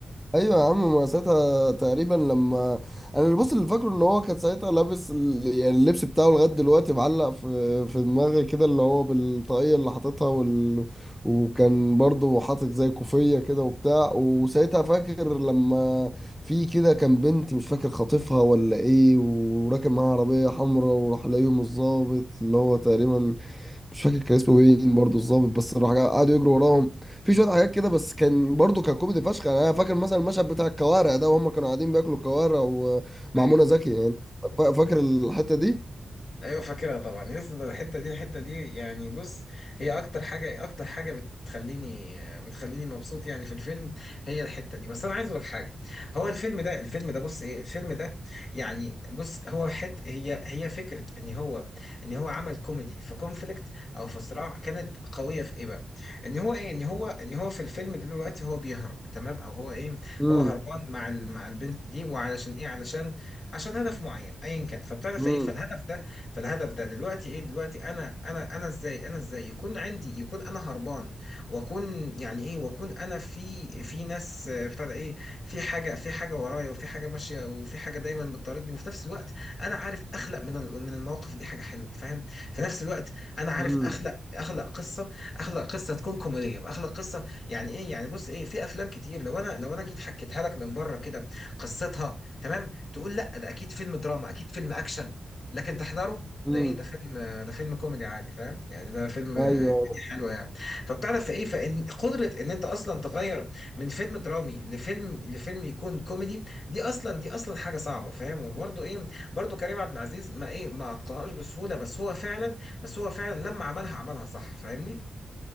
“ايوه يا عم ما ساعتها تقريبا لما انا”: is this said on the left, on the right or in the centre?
Centre